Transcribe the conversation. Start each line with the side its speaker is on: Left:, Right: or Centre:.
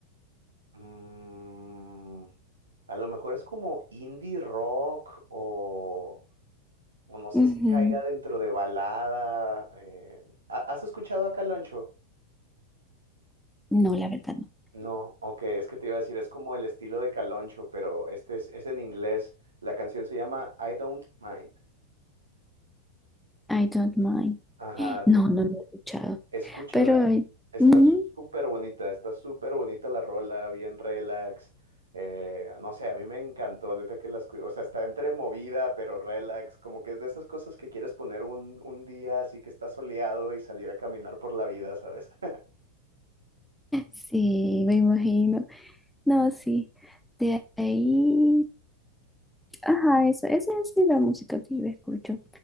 Right: mm, a lo mejor es como indie rock o, o no sé
Centre: Ujú.
Right: si caiga dentro de balada. eh, ¿ha- ¿Has escuchado a Caloncho?
Centre: No, la verdad no.
Right: No, ok, es que te iba a decir, es como el estilo de Caloncho, pero este es, es en inglés. La canción se llama I Don't Mind.
Centre: I don't mind.
Right: Ajá,
Centre: <gasps> No, no lo he escuchado.
Right: Escúchala,
Centre: Pero
Right: está
Centre: ujú,
Right: súper bonita, está súper bonita la rola, bien relax. eh, no sé, a mí me encantó, neta que la escu- O sea, está entre movida, pero relax, como que es de esas cosas que quieres poner un, un día así que está soleado y salir a caminar por la vida, ¿sabes? <laughs>
Centre: sí, me imagino. No, sí. De ahí. Ajá, eso. Esa es la música que yo escucho.